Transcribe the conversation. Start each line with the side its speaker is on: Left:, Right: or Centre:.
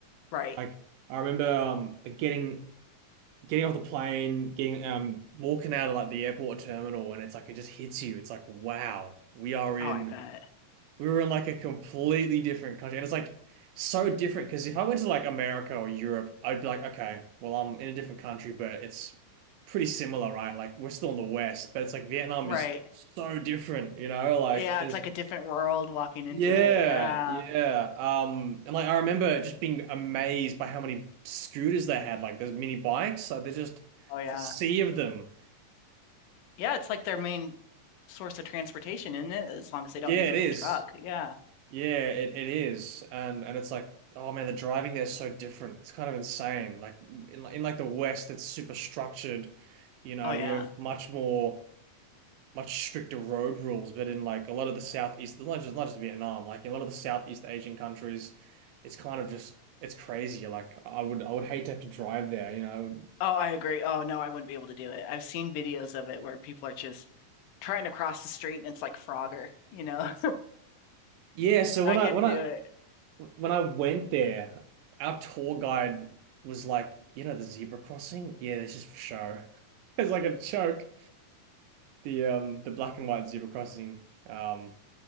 Left: Right.
Right: Like I remember, um, getting getting off the plane, getting um, walking out of like the airport terminal, and it's like it just hits you. It's like, wow, we are in.
Left: Oh, I bet.
Right: We were in like a completely different country. And it's like so different because if I went to like America or Europe, I'd be like, okay, well, I'm in a different country, but it's pretty similar, right? Like we're still in the West, but it's like Vietnam
Left: Right.
Right: is so different, you know? Like
Left: Yeah,
Right: is
Left: it's like a different world walking into
Right: yeah,
Left: it. Yeah.
Right: yeah. Um, and like I remember just being amazed by how many scooters they had, like those mini bikes. Like they're just
Left: Oh, yeah.
Right: it's a sea of them.
Left: Yeah, it's like their main source of transportation, isn't it? As long as they
Right: Yeah,
Left: don't need
Right: it
Left: like
Right: is.
Left: a truck. Yeah.
Right: Yeah, it, it is. And and it's like, oh man, the driving there is so different. It's kind of insane. Like in like- in like the West, it's super structured. You know,
Left: Oh, yeah.
Right: we have much more much stricter road rules, but in like a lot of the Southeast, not just not just Vietnam, like in a lot of the Southeast Asian countries, it's kind of just it's crazy. Like I would I would hate to have to drive there, you know.
Left: Oh, I agree. Oh, no, I wouldn't be able to do it. I've seen videos of it where people are just trying to cross the street and it's like Frogger, you know?
Right: Yeah,
Left: <laughs>
Right: so
Left: I
Right: when
Left: couldn't
Right: I when I
Left: do
Right: When I went there, our tour guide was like, you know, the zebra crossing? Yeah, this is for show. <laughs> It's like a joke. The um the black and white zebra crossing. Um